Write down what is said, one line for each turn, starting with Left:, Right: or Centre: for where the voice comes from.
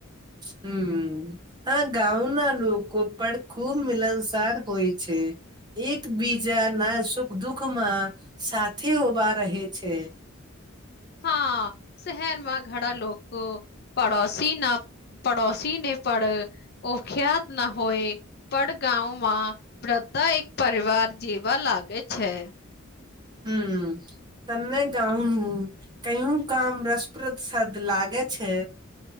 Right: હમ્મ. હા ગાવના લોકો પણ ખુબ મિલનસાર હોય છે. એકબીજા ના સુખ દુઃખ માં સાથે ઉભા રહે છે.
Left: હા શહેરમાં ઘણા લોકો પડોશી ના પડોસીને પડ ઓ ખ્યાત ના હોય. પડ ગામમાં બધા એક પરિવાર જેવા લાગે છે.
Right: હમ્મ. તને ગાવનું કયું કામ રસપ્રદ સાદ લાગે છે.